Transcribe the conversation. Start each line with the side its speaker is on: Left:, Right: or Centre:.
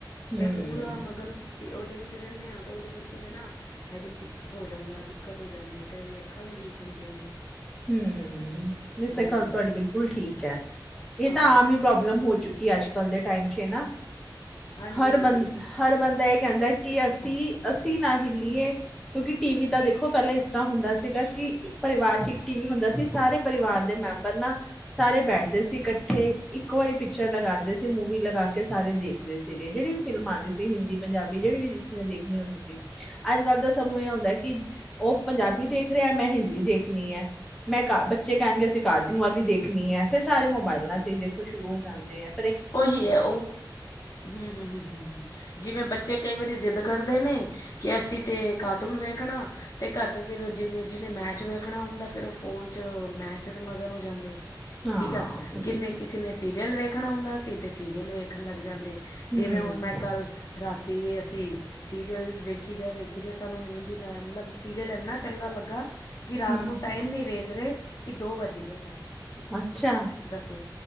Centre: ਹੂੰ
Left: ਤੇ ਪੂਰਾ ਮਗਨ ਉਹਦੇ ਵਿੱਚ ਰਹਿੰਦੇ ਆ ਤੇ ਉਹਦੇ ਕਰਕੇ ਨਾ ਹੈੱਡਏਕ ਹੋ ਜਾਂਦਾ ਦਿੱਕਤ ਹੋ ਜਾਂਦੀ ਐ। ਕਈ ਵਾਰੀ ਅੱਖਾਂ ਵੀ ਵੀਕ ਹੁੰਦੀਆ ਨੇ।
Centre: ਹੂੰ ਇਹ
Left: ਹੂੰ
Centre: ਤਾ ਗੱਲ ਤੁਹਾਡੀ ਬਿਲਕੁਲ ਠੀਕ ਐ। ਇਹ ਤਾਂ
Left: ਆਹੋ
Centre: ਆਮ ਹੀ ਪ੍ਰੋਬਲਮ ਹੋ ਚੁੱਕੀ- ਕੀ ਅੱਜ ਕੱਲ ਦੇ ਟਾਈਮ 'ਚ ਨਾ
Left: ਹਾਂਜੀ
Centre: ਹਰ
Left: ਹਾਂਜੀ
Centre: ਬ -ਹਰ ਬੰਦਾ ਇੱਕ - ਕਹਿੰਦਾ ਕਿ ਅਸੀ - ਅਸੀ ਨਾ ਹਿੱਲੀਏ ਕਿਉਕਿ ਟੀ- ਵੀ ਤਾ ਦੇਖੋ ਪਹਿਲਾ ਇਸ ਤਰ੍ਹਾਂ ਹੁੰਦਾ ਸੀ- ਸੀਗਾ ਕਿ ਇੱਕ ਪਰਿਵਾਰ 'ਚ ਇੱਕ ਟੀ - ਵੀ ਹੁੰਦਾ ਸੀ ਸਾਰੇ ਪਰਿਵਾਰ ਦੇ ਮੈਂਬਰ ਨਾ ਸਾਰੇ ਬੈਠਦੇ ਸੀ ਇਕ - ਠ ਇੱਕ ਵਾਰੀ ਪਿਕਚਰ ਲਗਾਉਂਦੇ ਸੀ, ਮੂਵੀ ਲਗਾ ਕੇ ਸਾਰੇ ਦੇਖਦੇ ਸੀਗੇ ਜਿਹੜੀ ਫਿਲਮ ਆਉਂਦੀ ਸੀ ਹਿੰਦੀ - ਪੰਜਾਬੀ ਜਿਹੜੀ ਵੀ ਜਿਸਨੇ ਦੇਖਣੀ ਹੁੰਦੀ ਸੀ ਅੱਜ ਕੱਲ ਤਾ ਸਭ ਨੂੰ ਇਹ ਹੁੰਦਾ ਕਿ ਉਹ ਪੰਜਾਬੀ ਦੇਖ - ਦੇਖ ਰਿਹਾ ਮੈ ਹਿੰਦੀ ਦੇਖਣੀ ਐ। ਮੈ ਕ- ਬੱਚੇ ਕਹਿਣਗੇ ਅਸੀ ਕਾਰਟੂਨ ਵਾਲੀ ਦੇਖਣੀ ਐ ਫੇਰ ਸਾਰੇ ਮੋਬਾਇਲਾ ਤੇ ਹੀ ਦੇਖੋ ਸ਼ੁਰੂ ਹੋ ਜਾਂਦੇ ਆ।
Left: ਉਹੀ ਹੈ ਉਹ ਹਮ ਹ ਹ ਹ ਹ ਜਿਵੇ ਬੱਚੇ ਕਈ ਵਾਰੀ ਜ਼ਿੱਦ - ਕਰਦੇ ਨੇ ਕਿ ਅਸੀ ਤੇ ਕਾਰਟੂਨ ਵੇਖਣਾ, ਤੇ ਘਰ ਦੇ ਫਿਰ ਜਿ- ਜਿਹਨੇ ਮੈਚ ਵੇਖਣਾ ਹੁੰਦਾ ਫਿਰ ਉਹ ਫੋਨ 'ਚ ਮੈਚ ਦੇ ਮਗਰ ਹੋ ਜਾਂਦੇ।
Centre: ਹਾਂ,
Left: ਠੀਕ ਆ, ਕਿੰਨੇ ਕਿਸੇ ਨੇ ਸੀ- ਰੀਅਲ ਵੇਖਣਾ ਹੁੰਦਾ ਸੀ ਤੇ ਸੀਰੀਅਲ ਵੇਖਣ ਲੱਗ ਜਾਂਦੇ।
Centre: ਹੂੰ,
Left: ਜਿਵੇ ਹੁਣ ਮੈ ਕੱਲ ਰਾਤ- ਤੀ ਅਸੀ ਸੀਰੀਅਲ ਵੇਖੀ ਜਾਏ -ਵੇਖੀ ਜਾਏ ਸਾਨੂੰ ਨੀਂਦ ਹੀ ਨਾ ਆਏ ਮਤਲਬ ਸੀਰੀਅਲ ਇੰਨਾ ਚੰਗਾ ਲੱਗਾ - ਕਿ ਰਾਤ
Centre: ਹੂੰ,
Left: ਨੂੰ ਟਾਈਮ ਨੀ ਵੇਖ ਰਹੇ ਕਿ ਦੋ ਵੱਜ ਗਿਆ। ਤਾਂ
Centre: ਅੱਛਾ।
Left: ਦੱਸੋ